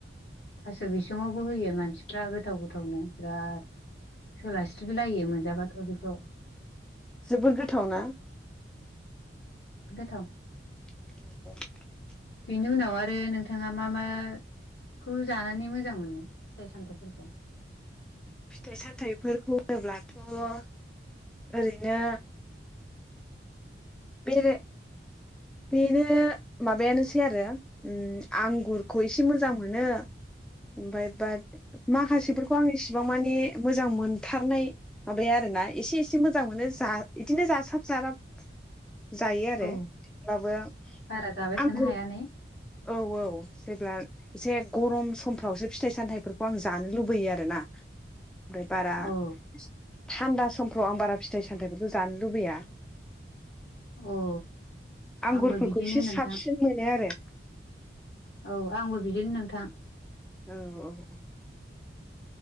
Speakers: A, on the left (about 75°); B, in the centre.
A: <unintelligible> स' बिसङावबो होयो मानसिफ्रा गोथाव गोथावनो बिराद सोलास्रिब लायो मोनजाबाथ' बेखौ
B: जोबोद गोथावना
A: थाव
B: <unintelligible>
A: बेनि उनाव आरो नोंथाङा मा मा खौ जानानै मोजां मोनो फिथाइ -सामथाइफोरखौ
B: फिथाइ -सानथाइफोरखौ होनोब्लाथ' ओरैनो बेरे बेनो माबायानोसै आरो उम आंगुरखौ एसे मोजां मोनो ओमफाय बाद माखासेफोरखौ आं एस सेबां मानि मोजां मोनथारनाय माबाया आरोना एसे एसे मोजां मोनो जा इदिनो जासाब <unintelligible> साराब जायो आरो
A: औ
B: थेबाबो
A: बारा जाबाय
B: आंखौ
A: थानो हाया ने
B: औ औ जेब्ला एसे गरम समफ्रावसो फिथाइ- सानथाइफोरखौ आं जानो लुबैयो आरो ना
A: <unintelligible>
B: बे बारा
A: औ
B: <unintelligible> थान्दा समफ्राव आं बारा फिथाइ -सानथाइफोरखौ जानो लुबैया
A: औ
B: आंगुरफोरखौ
A: आंबो बिदिनो
B: एसे
A: नोंथां
B: साबसिन मोनो आरो
A: औ आंबो बिदिनो नोंथां।
B: औ औ